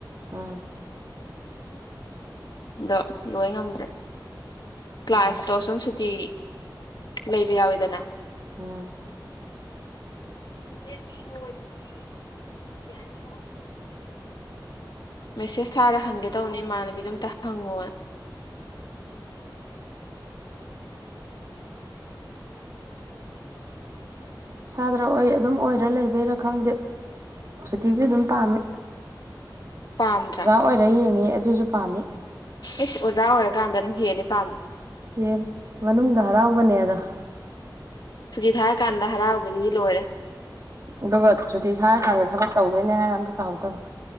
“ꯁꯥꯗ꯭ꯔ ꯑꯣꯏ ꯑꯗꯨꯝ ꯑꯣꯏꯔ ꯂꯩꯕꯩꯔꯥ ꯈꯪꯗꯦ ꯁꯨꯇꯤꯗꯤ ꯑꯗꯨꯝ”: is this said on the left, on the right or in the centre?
Right